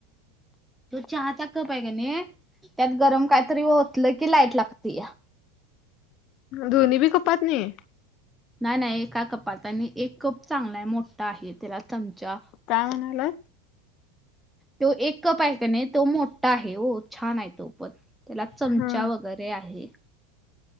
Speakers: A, in the centre; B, on the left (about 50°).
A: तो चहा चा कप आए का नाई, त्यात गरम कायतरी ओतलं की लाईट लागतीया.
B: दोनी बी कपातनी
A: नाही नाही एका कपात आणि एक कप चांगला आहे मोठा आहे त्याला चमचा
B: काय म्हणालात
A: तो एक कप आहे का नाही तो मोठा आहे हो छान आहे तो पण त्याला चमचा
B: हा
A: वगैरे आहे